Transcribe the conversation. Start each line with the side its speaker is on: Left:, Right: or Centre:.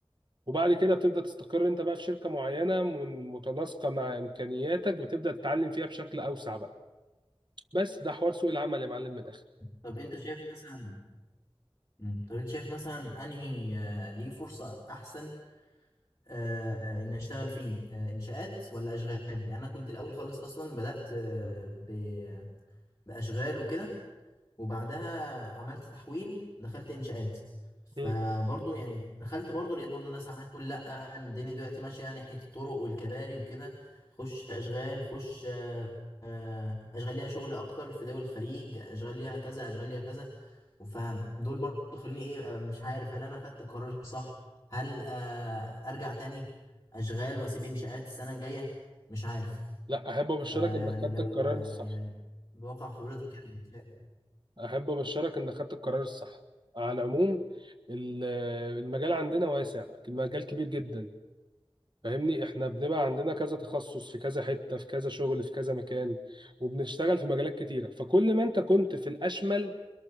Right: وبعد كده بتبدا تستقر انت بقى في شركه معينه من- متناسقه مع امكانياتك بتبدا تتعلم فيها بشكل اوسع بقى بس ده حوار سوق العمل يا معلم من الاخر
Left: طب انت شايف مثلا مم. طب انت شايف مثلا انهي آه، ليه فرصه احسن آه، ان اشتغل فيه آه، انشاءات ولا اشغال يعني انا كنت الاول خالص اصلا بدات آه، ب- باشغال وكده وبعدها عملت تحويل دخلت انشاءات فبرضه
Right: مم.
Left: يعني دخلت برضه لقيت برضه الناس عماله تقول لا الدنيا دلوقتي ماشيه ناحيه الطرق والكباري وكده خش اشغال خش آه، اشغال ليها شغل اكتر في دول الخليج اشغال ليها كذا اشغال ليها كذا فدول برضه خلوني ايه أبقى مش عارف هل انا خدت القرار الصح هل آه، ارجع تاني اشغال واسيب انشاءات السنه الجايه مش عارف
Right: لا احب ابشرك
Left: فيعني
Right: انك خدت
Left: لو
Right: القرار
Left: آه،
Right: الصح
Left: يعني بواقع خبرتك يعني
Right: احب ابشرك انك خدت القرار الصح على العموم ال- المجال عندنا واسع المجال كبير جدا
Left: شايف-
Right: فاهمني احنا بنبقى عندنا كذا تخصص في كذا حتة في كذا شغل في كذا مكان وبنشتغل في مجالات كتيرة فكل ما انت كنت في الاشمل